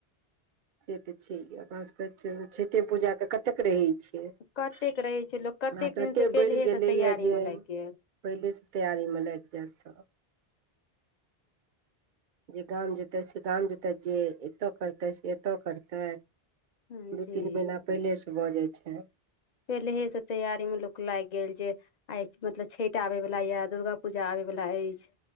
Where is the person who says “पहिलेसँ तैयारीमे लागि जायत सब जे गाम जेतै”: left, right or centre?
Right